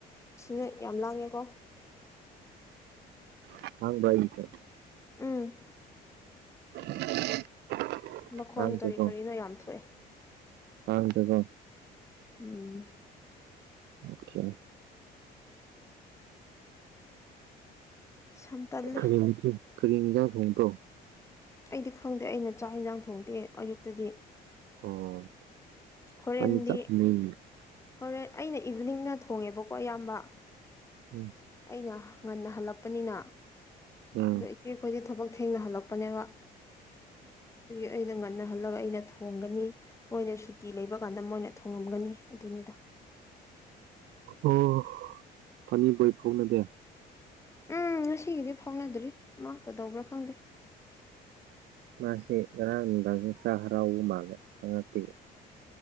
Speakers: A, on the left; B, on the right.
A: ꯁꯤꯅꯦ ꯌꯥꯝ ꯂꯥꯡꯉꯦꯀꯣ
B: ꯎꯝ ꯈꯪꯕ꯭ꯔꯥ ꯑꯩꯒꯤꯁꯦ
A: ꯎꯝ
B: <unintelligible>
A: ꯃꯈꯣꯟ
B: ꯍꯥꯡꯗꯦꯀꯣ
A: ꯀꯔꯤ ꯀꯔꯤꯅꯣ ꯌꯥꯝ ꯊꯣꯛꯑꯦ
B: <unintelligible>
A: ꯎꯝ
B: ꯑꯣꯈꯦ
A: ꯁꯝ ꯇꯜꯂꯦ
B: ꯀꯔꯤ <unintelligible> ꯀꯔꯤ ꯍꯤꯟꯖꯥꯡ ꯊꯣꯡꯕ꯭ꯔꯣ
A: ꯑꯩꯗꯤ ꯈꯪꯗꯦ ꯑꯩꯅ ꯆꯥꯛ ꯍꯤꯟꯖꯥꯡ ꯊꯣꯡꯗꯦ ꯑꯌꯨꯛꯇꯗꯤ
B: ꯑꯣ
A: ꯍꯣꯔꯦꯟꯗꯤ
B: ꯄꯅꯤ ꯆꯞ ꯎꯝ
A: ꯍꯣꯔꯦꯟ ꯑꯩꯅ ꯏꯚꯤꯅꯤꯡꯅ ꯊꯣꯡꯉꯦꯕꯀꯣ ꯑꯌꯥꯝꯕ
B: ꯎꯝ
A: ꯑꯩꯅ ꯉꯟꯅ ꯍꯜꯂꯛꯄꯅꯤꯅ
B: ꯎꯝ
A: ꯑꯗꯨꯏ ꯏꯆ‌ꯦ ꯈꯣꯏꯗꯤ ꯊꯕꯛ ꯊꯦꯡꯅꯥ ꯍꯜꯂꯛꯄꯅꯦꯕ ꯑꯗꯨꯒꯤ ꯑꯩꯅ ꯉꯟ ꯉꯟꯅꯍꯜꯂꯒ ꯑꯩꯅ ꯊꯣꯡꯒꯅꯤ ꯃꯣꯏꯅ ꯁꯨꯇꯤ ꯂꯩꯕ ꯀꯥꯟꯗ ꯃꯣꯏꯅ ꯊꯣꯡꯉꯝꯒꯅꯤ ꯑꯗꯨꯅꯤꯗ
B: ꯑꯣ ꯐꯅꯤꯕꯣꯏ ꯐꯥꯎꯅꯗꯦ
A: ꯎꯝ ꯉꯁꯤꯒꯤꯗꯤ ꯐꯥꯎꯅꯗ꯭ꯔꯤ ꯃꯥꯀꯗꯧꯕ꯭ꯔꯥ ꯈꯪꯗꯦ
B: ꯃꯥꯁꯤ ꯉꯔꯥꯡ ꯅꯨꯡꯗꯥꯡꯁꯤ ꯈꯔ ꯍꯔꯥꯎꯕ ꯃꯥꯜꯂꯦ ꯆꯪꯉꯛꯄꯒꯤ